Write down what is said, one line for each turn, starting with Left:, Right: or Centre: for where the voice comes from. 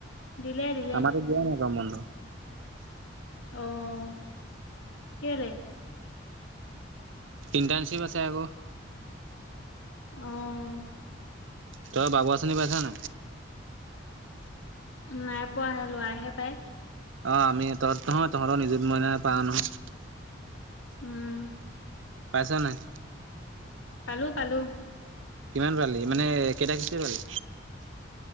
Left: দিলে দিলে
Right: আমাক দিয় ন ক বন্ধ
Left: আহ কি
Right: ইণ্টাৰ্ণশ্বিপ আছে আকৌ
Left: আহ
Right: তই বাবু আচিনী পাই থান
Left: নাই পোৱাাহে লোৱাহে পায়
Right: অ আমি তহঁত নোহয় তহঁতৰ নিযুত মই ন পা নহয়
Left: উম
Right: কছা নাই
Left: পালো পালো
Right: কিমান পালি মানে কেইটা কেিচ পালি